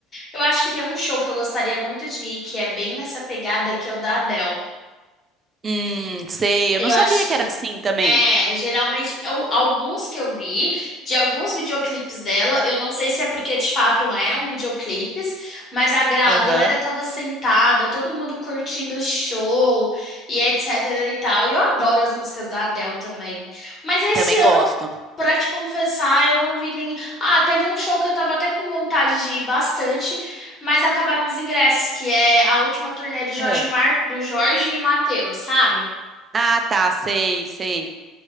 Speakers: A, on the left (about 30°); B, on the right (about 25°).
A: Eu acho que tem um show que eu gostaria muito de ir, que é bem nessa pegada que é o da Adele.
B: Hum, sei.
A: Eu
B: Eu não sabia
A: acho
B: que
A: que.
B: era assim também.
A: É, geralmente, eu- alguns que eu vi, de alguns videoclipes dela, eu não sei se é porque de fato eram videoclipes, mas a, gra-
B: Aham.
A: a galera tava sentada, todo mundo curtindo o show e etc e tal. E eu adoro as músicas da Adele também. Mas esse
B: Também
A: ano
B: gosto.
A: Pra te confessar, eu não vi nem. Ah, teve um show que eu tava até com vontade de ir bastante, mas acabaram os ingressos, que é a última turnê do Jorge
B: Ah,
A: Mar... do Jorge e Mateus, sabe?
B: Ah, tá, sei, sei.